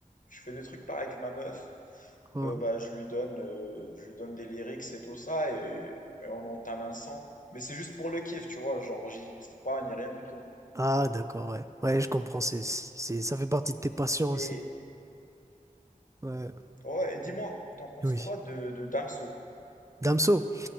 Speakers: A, on the left; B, on the right.
A: Je fais des trucs pareil avec ma meuf.
B: Hein
A: Euh, bah, je lui donne, euh, je lui donne des lyrics et tout ça, et, et on entame un son. Mais c'est juste pour le kiff, tu vois, j'enregistre pas ni rien du tout.
B: Ah, d'accord, ouais. Ouais, je comprends. C'est, c'est, ça fait partie de tes passions
A: Et,
B: aussi. Ouais,
A: ouais, et dis-moi, t'en penses
B: oui.
A: quoi de, de Damso?
B: Damso.